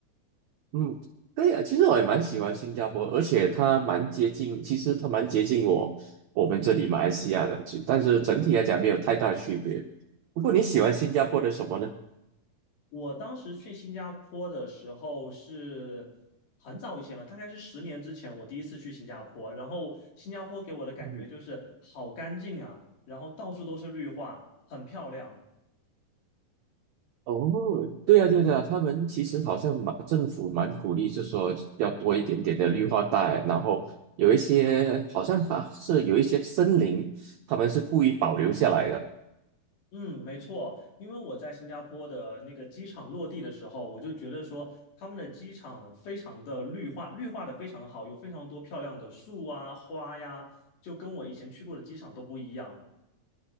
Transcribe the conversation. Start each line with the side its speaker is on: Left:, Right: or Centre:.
Right: 嗯，对呀，其实我也蛮喜欢新加坡，而且它蛮接近，其实它蛮接近我我们这里马来西亚的，其但是整体来讲没有太大的区别。不过你喜欢新加坡的什么呢？
Left: 我当时去新加坡的时候是很早以前了，大概是十年之前，我第一次去新加坡。然后新加坡给我的感觉就是好干净啊，
Right: 嗯，
Left: 然后到处都是绿化，很漂亮。
Right: 哦，对呀对呀，他们其实好像蛮政府蛮鼓励，就说要多一点点的绿化带，然后有一些好像还是有一些森林，他们是故意保留下来的。
Left: 嗯，没错，因为我在新加坡的那个机场落地的时候，我就觉得说他们的机场非常的绿化，绿化的非常好，有非常多漂亮的树啊、花呀，就跟我以前去过的机场都不一样。